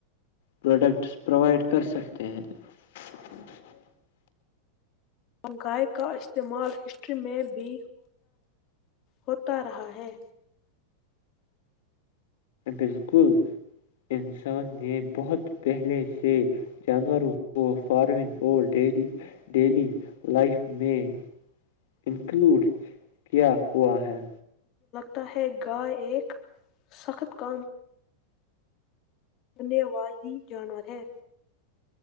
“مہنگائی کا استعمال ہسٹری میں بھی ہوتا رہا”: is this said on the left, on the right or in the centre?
Left